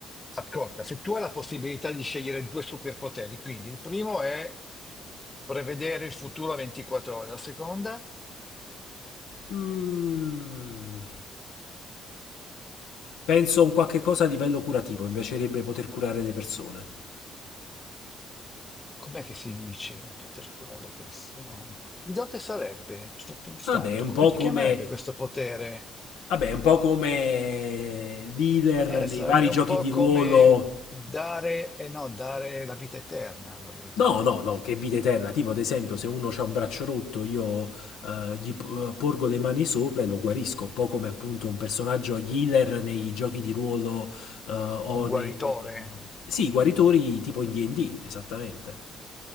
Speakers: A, on the left; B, on the left.
A: ascolta, se tu hai la possibilità di scegliere due superpoteri, quindi il primo è prevedere il futuro a 24 ore, la seconda?
B: Mm, penso a un qualche cosa a livello curativo, mi piacerebbe poter curare le persone.
A: Com'è che si dice poter curare le persone? Ecco, Che dote sarebbe? Ci sto pensando.
B: Vabbè, è un
A: Come
B: po'
A: ti
B: come,
A: chiamerebbe questo potere?
B: vabbè, è un po' come dealer
A: Eh,
B: nei
A: sarebbe
B: vari giochi
A: un po'
B: di ruolo.
A: come dare, e no, dare la vita eterna, voglio dire.
B: No, no, no, che vita eterna. Tipo, ad esempio, se uno ha un braccio rotto, io eh, gli p- porgo le mani sopra e lo guarisco, un po' come appunto un personaggio healer nei giochi di ruolo eh, o
A: Un guaritore?
B: nelle... Sì, guaritori tipo in D&D, esattamente.